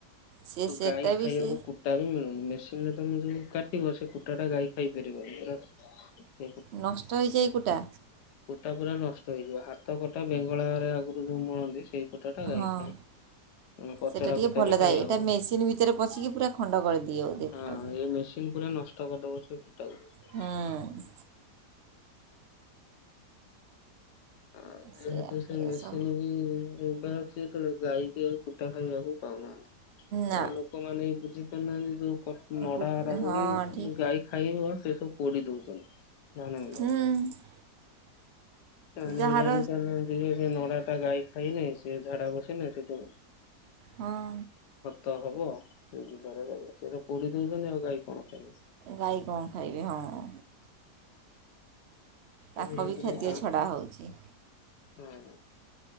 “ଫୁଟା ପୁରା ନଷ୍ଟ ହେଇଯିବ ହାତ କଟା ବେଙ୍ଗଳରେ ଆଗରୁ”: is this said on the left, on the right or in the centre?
Left